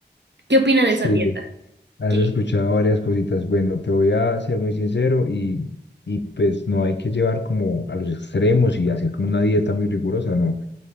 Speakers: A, on the right (about 70°); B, on the left (about 70°).
A: ¿Qué opinas de
B: sí,
A: esa dieta?
B: has
A: Que,
B: escuchado varias cositas. Bueno, te voy a ser muy sincero y, y pues no hay que llevar como a los extremos y hacer como una dieta muy rigurosa, no.